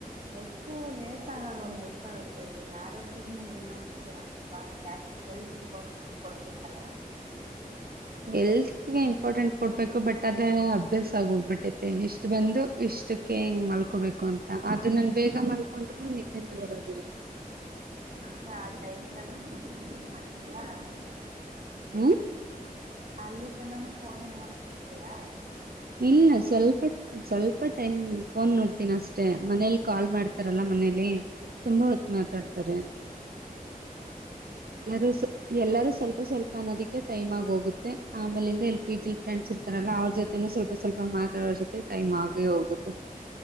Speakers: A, on the right; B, on the right.
A: ಹೆಚ್ಚು ನೇರ್ತಾಗ ಮಕ್ಕಳಕ ಆರೋಗ್ಯದ ಮೇಲೆ ಏನರೋಗ್ಯ ಆಗಲ್ವಾ ಜಾಸ್ತಿ ಹೆಲ್ತ್ ಇಂಪಾರ್ಟೆನ್ಸ್ ಕೊಡಬೇಕಲ್ಲ.
B: ಎಲ್ತ್ಗೆ ಇಂಪಾರ್ಟೆಂಟ್ ಕೊಡ್ಬೇಕು ಬಟ್ ಅದ್ರ ಅಭ್ಯಾಸ ಆಗೋಗ್ಬಿಟ್ಟೈತೆ ಇಷ್ಟ್ ಬಂದು ಇಷ್ಟಕ್ಕೆ ಹೆಿಂಗ್ ಮಲ್ಕೋಬೇಕು ಅಂತ ಅದು ನನ್ ಬೇಗ ಮ. ಹಕೊಂಡ್ರು ನಿಿದ್ದನೇ ಬರೋದಿಲ್ಲ
A: ನ ಟೈಮ ತ ಮಾಡ್ತಯಾ.
B: ಹ್ಮ.
A: ಅಲ್ಲಿ ತನಾನು ಫೋನೇ ನೋಡ್ತಿರ್ತಿಯಾ.
B: ಇಲ್ಲ ಸ್ವಲ್ಪ ಒಂದ್ ಸ್ವಲ್ಪ ಟೈಮ್ ಫೋನ್ ನೋಡ್ತೀನ ಅಷ್ಟೇ. ಮನೇಲಿ ಕಾಲ್ ಮಾಡ್ತಾರಲ್ಲಾ ಮನೇಲಿ. ತುಂಬಾ ಹೊತ್ ಮಾತಾಡ್ತಾರೆ ಎಲ್ಲಾರು ಎಲ್ಲಾರೂ ಸ್ವಲ್ಪ ಸ್ವಲ್ಪ ಅನ್ನೋದಕ್ಕೆ ಟೈಮ್ ಆಗ ಹೋಗುತ್ತೆ ಆಮೇಲಿಂದ ಎಲ್ ಪಿ ಜಿ ಫ್ರೆಂಡ್ಸ್ ಇರ್ ತರಲ್ಲ ಅವ್ರ್ ಜೊತೆ. ಸ್ವಲ್ಪ ಸ್ವಲ್ಪ ಮಾತಾಡೋ ಜೊತೆ ಟೈಮ್ ಆಗೇ ಹೋಗುತ್ತೆ.